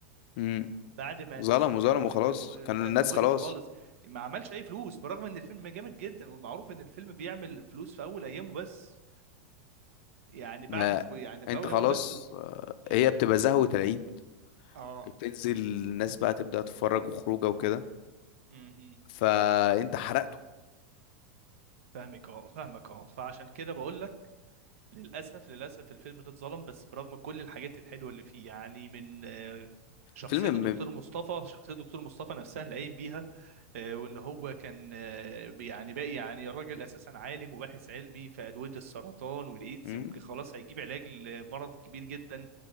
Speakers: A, on the left; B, on the right.
A: امم
B: بعد ما اساسا
A: ظلم وظلم
B: كان و...
A: وخلاص
B: كان و...
A: كانوا
B: كان
A: الناس
B: وقف
A: خلاص
B: خالص ما عملش اي فلوس برغم ان الفيلم جامد جدا والمعروف ان الفيلم بيعمل فلوس في اول ايامه بس يعني بعد
A: ما
B: اسبوع يعني
A: انت
B: في اول
A: خلاص
B: ايامه بس و...
A: آه،
B: م?
A: هي بتبقى زهوه العيد
B: اه
A: بتنزل الناس بقى تبدا تتفرج وخروجه وكده
B: م- م.
A: فانت حرقته
B: فاهمك اه فاهمك اه فعشان كده بقول لك للأسف للأسف الفيلم ده اتظلم بس برغم كل الحاجات الحلوة اللي فيه يعني من آه، شخصية
A: فيلم
B: الدكتور مصطفى شخصية الدكتور مصطفى نفسها اللي قايم بيها آه، وإن هو كان آه، يعني باقي يعني الراجل أساسا عالم وباحث علمي في أدوية السرطان والإيدز
A: مم.
B: وخلاص هيجيب علاج لمرض كبير جدا